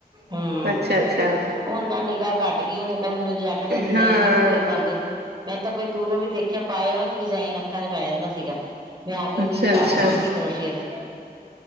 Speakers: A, on the right; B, on the right.
A: ਹਮ
B: ਅੱਛਾ-ਅੱਛਾ
A: ਹੁਣ ਤਾਂ ਨਿਗਾਹ ਘੱਟ ਗਈਆਂ ਨੇ ਤਾਂ ਮੈਨੂੰ ਜੈਕਟ ਦੇ ਡਿਜਾਇਨ
B: ਹਾਂ
A: ਇੱਕ ਤੋਂ ਇੱਕ ਆਉਂਦੇ ਮੈਂ ਤਾਂ ਕੋਈ ਦੂਰੋਂ ਵੀ ਦੇਖਿਆ ਪਾਏ ਉਹ ਨਾ ਡਿਜ਼ਾਇਨ ਅੱਖਾਂ ਚ ਪੈ ਜਾਂਦਾ ਸੀਗਾ ਮੈਂ ਆ ਕੇ ਉਹੀ
B: ਅੱਛਾ-ਅੱਛਾ
A: ਉਤਾਰ ਲੈਂਦੀ ਸੀ ਕਰੋਸ਼ੀਏ ਦੇ <inaudible>